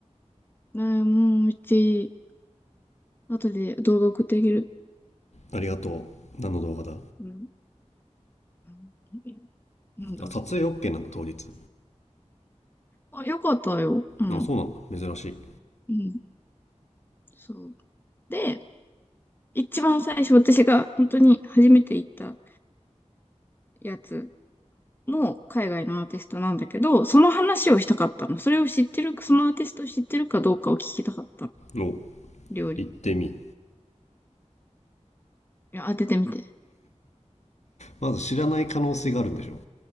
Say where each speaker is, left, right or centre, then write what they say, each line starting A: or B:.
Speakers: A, on the left; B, on the left.
A: ね、もうめっちゃいい。後で動画送ってあげる。
B: ありがとう何の動画だ
A: うん。<laughs> うんなんだろうね。
B: あ撮影 OK なんだ当日
A: あ、よかったよ。うん。
B: あそうなんだ珍しい
A: うん。そう。で、一番最初私が本当に初めて行ったやつも海外のアーティストなんだけど、その話をしたかったの。それを知ってる、そのアーティストを知ってるかどうかを聞きたかったの。
B: お
A: 料理
B: 行ってみ
A: いや当ててみて。
B: まず知らない可能性があるんでしょ